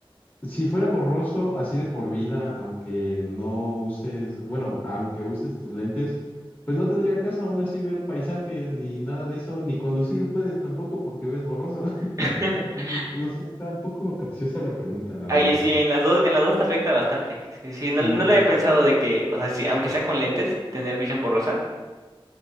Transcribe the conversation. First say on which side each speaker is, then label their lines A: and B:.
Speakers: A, on the left (about 20°); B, on the right (about 35°).
A: Si fuera borroso, así de por vida, aunque no uses, bueno, aunque uses tus lentes, pues no tendría caso aún así ver paisajes ni nada de eso, ni conducir puedes tampoco porque ves borroso. <laughs>
B: <laughs>
A: Entonces, no sé, está un poco capciosa la pregunta, la
B: Ahí
A: verdad.
B: sí, en las dos, en las dos te afecta bastante. Sí, sí, no,
A: Sí,
B: no lo había pensado de que, o sea, sí, aunque sea con lentes, tener visión borrosa.